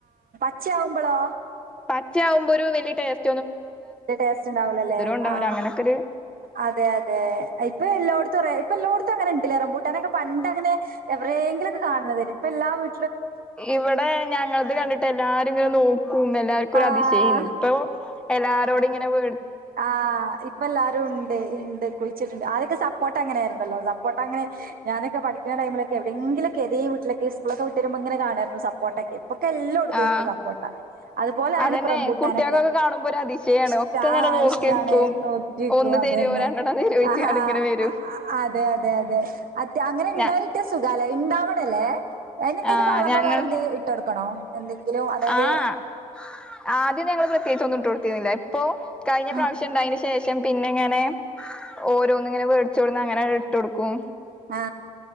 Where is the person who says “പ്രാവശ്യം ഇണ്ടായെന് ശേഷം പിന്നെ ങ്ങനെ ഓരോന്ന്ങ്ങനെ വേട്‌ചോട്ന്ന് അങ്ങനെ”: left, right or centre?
Centre